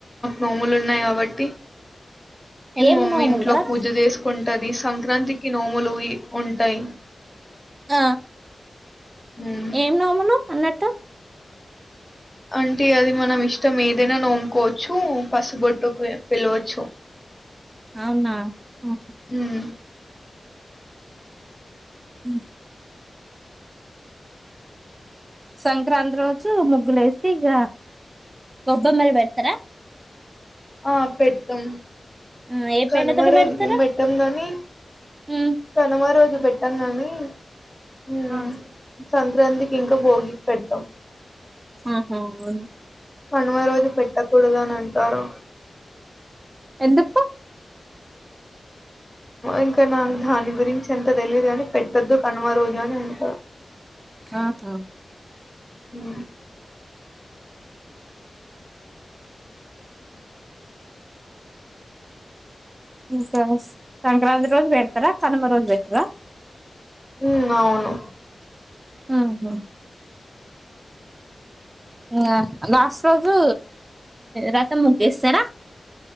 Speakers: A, on the left (about 15°); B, on the right (about 30°).
A: నోములు ఉన్నాయి కాబట్టి ఈ
B: ఏం
A: మా మమ్మీ
B: నోములు
A: ఇంట్లో
B: రా
A: పూజ చేసుకుంటది సంక్రాంతికి నోములు ఉంటాయి,
B: ఆ
A: హ్మ్.
B: ఏం నోములు అన్నట్టు
A: అంటే అది మనం ఇష్టం ఏదైనా నోముకోవచ్చు పసుబొట్టుకు పిలవచ్చు
B: అవున అహ
A: హ్మ్.
B: అ సంక్రాంతి రోజు ముగ్గులు వేసి ఇక గొబ్బమ్మర పెడతారా
A: ఆ పెట్తం
B: ఆ ఏ
A: కనుమా
B: పెండతోటి
A: రోజు
B: పెడతారు
A: ఏం పెట్టాం గాని
B: ఉమ్.
A: కనుమా రోజు పెట్టాం గాని హ
B: ఆ
A: సంక్రాంతికి ఇంకా భోగి పెడట్టాం
B: ఆహా వు
A: కణమ రోజు పెట్టకూడద అని అంటారు
B: ఎందుకు
A: ఇంకా నాకు దాని గురించి ఎంత తెలియదు కానీ పెట్టొద్దు కనుమ రోజు అని అంటారు
B: హ హా
A: ఉ
B: ఇంకా సంక్రాంతి రోజు పెడతారా కనుమ రోజు పెట్రా
A: ఉ అవును
B: ఊహూ ఆ లాస్ట్ రోజు రథం ముగ్గు వేస్తారా